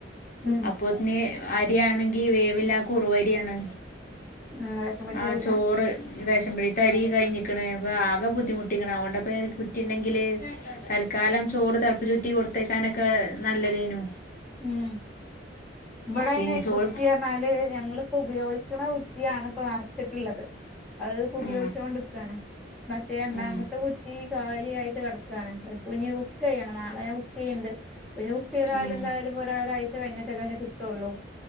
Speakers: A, in the centre; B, on the left (about 45°).
A: ഉം
B: അപ്പത്തിന് അരിയാണെങ്കി വേവില്ല കുറുവരിയാണ്.
A: ഉം റേഷൻ പീടിത്തേലില്ല
B: ആ ചോറ് റേഷൻപ്പീടിതരി കഴിഞ്ഞി <unintelligible> അപ്പ ആകെ ബുദ്ധിമുട്ടിക്കാണ് അതൊണ്ടപ്പോഞാൻ കുറ്റിണ്ടെങ്കില് തൽക്കാലം ചോറ് തളപ്പിചൂറ്റി കൊടുത്ത് ക്കാനൊക്കെ നല്ലതേനു
A: ഉം ഇവിടെയിന്
B: പിന്നെ ചോറ്
A: കുട്ടി പറഞ്ഞാല് ഞങ്ങളിപ്പോ ഉപയോഗിക്ക ക്കണ കുട്ട്യാണ് ഇപ്പൊ നിറച്ചിട്ടുള്ളത് അത് ഇപ്പ ഉപയോഗിച്ചോണ്ടുക്കാണ്
B: ആ
A: മറ്റേ രണ്ടാമത്തെ
B: ആ
A: കുറ്റി കാലിയായി ട്ട് കിടക്കാണ് അ ഇപ്പ ഇനി ബുക്ക് എയ്യണം നാളെ ഞാൻ ബുക്ക് എയ്യ്ണ്ട് ഇപ്പഞ് ബുക്ക്‌ ചെയ്താലും
B: ആ
A: എന്തായാലും ഇപ്പൊ ഒര ഒരാഴ്ച കഴിഞ്ഞ് തരോ ല്ലേ കിട്ടൊള്ളൂ